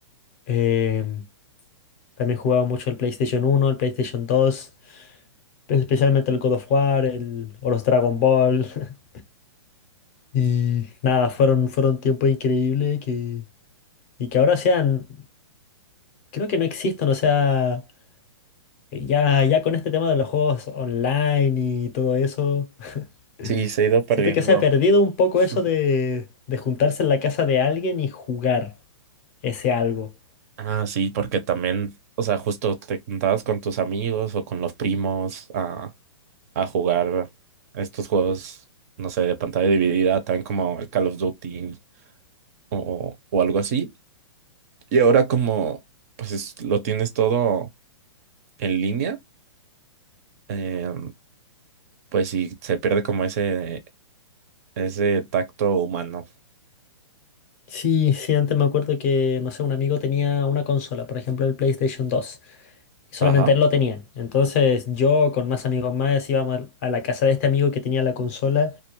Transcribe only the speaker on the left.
Eh, también jugaba mucho el PlayStation uno, el PlayStation 2, pues, especialmente el God of War, el, o los Dragon Ball. <laughs> Y nada, fueron, fueron tiempos increíbles que, y que ahora sean, creo que no existen, o sea. Eh, Ya, ya con este tema de los juegos online y todo eso,
<laughs>
siento que se ha perdido un poco
eso de, de juntarse en la casa de alguien y jugar ese algo.
Sí, sí, antes me acuerdo que, no sé, un amigo tenía una consola, por ejemplo el PlayStation 2, y solamente
él lo tenía. Entonces yo con más amigos más íbamos al- a la casa de este amigo que tenía la consola,